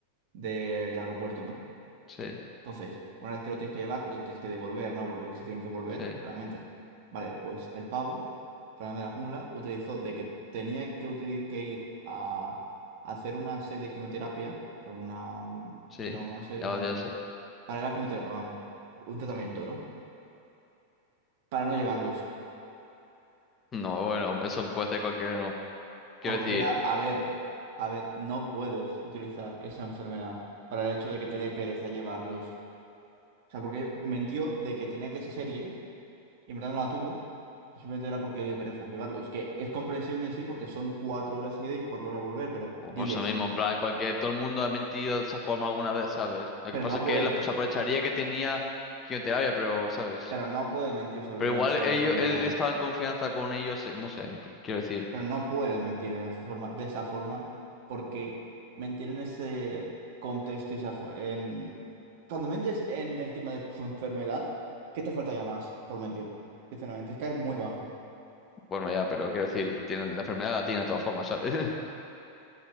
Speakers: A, on the right (about 50°); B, on the left (about 25°).
A: del aeropuerto, ¿no?
B: sí,
A: Entonces, una vez que lo tienes que llevar, los tienes que devolver, ¿no? Porque si tienen que volver,
B: sí,
A: claramente. Vale, pues el pavo, Fernando de la Jungla, utilizó de que tenía que, utili- que ir a, a hacer una serie de quimioterapia, o sea, una, un-
B: sí.
A: no, una serie,
B: Ya,
A: no,
B: ya
A: un-
B: sé.
A: para la quimioterapia, vamos, un tratamiento,
B: Sí.
A: ¿no? Para no llevarlos.
B: No, bueno, pues eso puede ser cualquier uno. Quiero
A: Cualquiera,
B: decir,
A: a ver, a ver, no puedes utilizar esa enfermedad para el hecho de que te dé pereza llevarlos. O sea, porque mentió de que tenía que esa serie y en verdad no la tuvo. Y simplemente era porque dio pereza llevarlos. Que es comprensible en sí porque son cuatro horas ida y cuatro horas volver, pero
B: o
A: diles.
B: por eso mismo, en plan, cualquier, todo el mundo ha mentido de esa forma alguna vez, ¿sabes? Lo
A: Pero
B: que pasa
A: no
B: es
A: puedes,
B: que él pues, aprovecharía que tenía quimioterapia, pero, ¿sabes?
A: pero no puedes mentir sobre
B: Pero
A: un
B: igual
A: hecho de
B: ellos,
A: enfermedad.
B: él estaba en confianza con ellos, eh, no sé, en pl- quiero decir,
A: Pero no puedes mentir de forma, de esa forma, porque mentir en ese contexto y esa fo- en cuando mentes en el tema de tu enfermedad, ¿qué te falta ya más por mentir? Sinceramente, es caer muy bajo.
B: bueno, ya, pero quiero decir, tiene, la enfermedad la tiene de todas formas, ¿sabes?